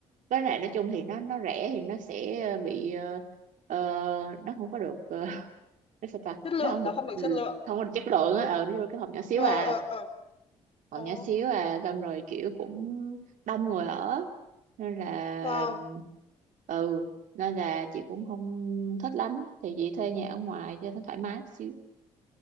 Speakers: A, on the right (about 65°); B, on the left (about 45°).
A: với lại nói chung thì nó nó rẻ thì nó sẽ ờ, bị ờ, ờ, nó không có được ờ, <laughs> nó sao ta
B: chất lượng
A: nó không được
B: nó không được
A: ừ,
B: chất lượng
A: không có được chất lượng á ừ, nó vô cái phòng nhỏ xíu
B: ờ
A: à
B: ờ ờ
A: phòng
B: ồ
A: nhỏ xíu à xong rồi kiểu cũng đông người ở nên là
B: vâng
A: ừ nên là chị cũng không thích lắm thì chị thuê nhà ở ngoài cho nó thoải mái xíu